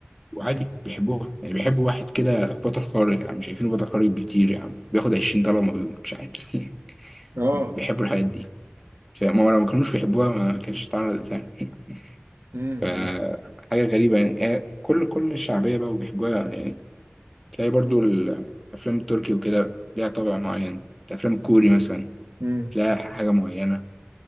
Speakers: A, in the centre; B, on the right.
A: وعادي بيحبوها يعني بيحبوا واحد كده بطل خارق يعني مش شايفينه بطل خارق بيطير يعني بياخد 20 دولار ما بيموتش عادي <laughs>
B: اه
A: بيحبوا الحاجات دي فما لو ما كانوش بيحبوها ما كانتش اتعرضت يعني
B: امم
A: فحاجه
B: بس
A: غريبه يعني آه، كل كل الشعبيه بقى وبيحبوها يعني تلاقي برضو الافلام التركي وكده ليها طابع معين الافلام الكوري مثلا
B: امم
A: تلاقي حاجة معينة